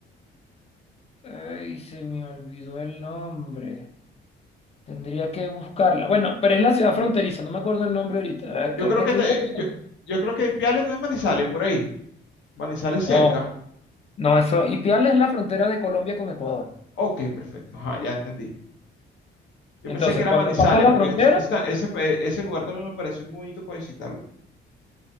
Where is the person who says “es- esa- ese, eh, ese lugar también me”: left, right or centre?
Left